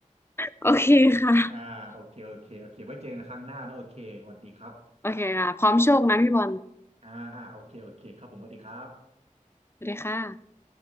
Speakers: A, on the left; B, on the right.
A: โอเคค่ะ
B: อ่าโอเคโอเคโอเคไว้เจอกันครั้งหน้านะโอเคสวัสดีครับ
A: โอเคค่ะพร้อมโชคนะพี่บอล
B: อ่าอ่าโอเคโอเคครับผมสวัสดีครับ
A: สวัสดีค่ะ